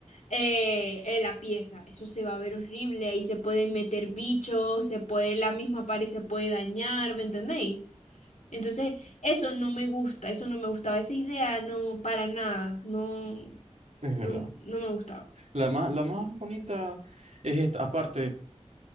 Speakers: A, on the left; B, on the right.
A: eh, eh, la pieza. Eso se va a ver horrible, ahí se pueden meter bichos, se puede, la misma pared se puede dañar, ¿me entendéis? Entonces, eso no me gusta, eso no me gustaba, esa idea no, para nada, no,
B: es verdad.
A: no, no me gustaba.
B: La más, la más bonita es esta. Aparte,